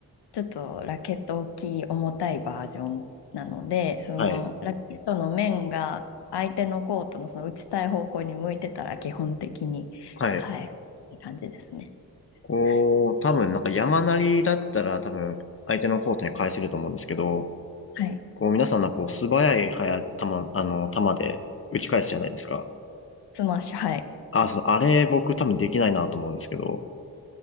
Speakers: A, on the left (about 85°); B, on the left (about 35°).
A: ちょっとラケット大きい重たいバージョンなので、そのラケットの面が相手のコートのその打ちたい方向に向いてたら基本的に
B: はい。はい。
A: 変えるって感じですね。
B: こう、
A: はい。
B: 多分なんか山なりだったら多分相手のコートに返せると思うんですけど、
A: はい。
B: こう皆さんのこう素早い早球、あの、球で打ち返すじゃないですか。
A: スマッシュ、はい。
B: あ、そう、あれ僕多分できないなと思うんですけど。